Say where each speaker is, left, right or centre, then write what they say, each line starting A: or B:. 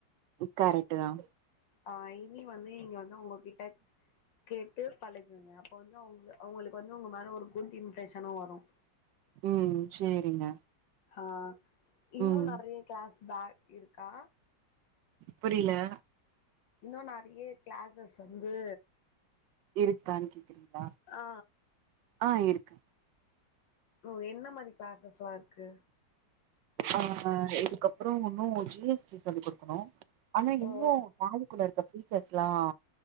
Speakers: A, on the right; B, on the left.
A: கரெக்ட்டு தான்
B: ஆஹ இனி வந்து இங்க வந்து உங்ககிட்ட கேட்டு பழுகுங்க அப்ப வந்து அவங்க அவங்களுக்கு வந்து உங்க மேல ஒரு குட் இம்ப்ரெஷனும் வரும்
A: ம் சேரிங்க
B: ஆஹ இன்னும்
A: ம்
B: நெறைய கிளாஸ் பேக் இருக்கா
A: புரியல
B: இன்னும் நெறைய கிளாசஸ் வந்து
A: இருகான்னு கேக்குறீங்களா
B: ஆ
A: ஆஹ இருக்கு
B: ஓ என்ன மாதிரி கிளாச்சஸ் எல்லாம் இருக்கு
A: அஹ இதுக்கப்புறம் ஒன்னும் ஜிஎஸ்டி சொல்லி குடுக்கிறோம் ஆனா
B: ஓ
A: இன்னும் பாலிக்குள்ள இருக்க ஃபீச்சர்ஸ் எல்லாம்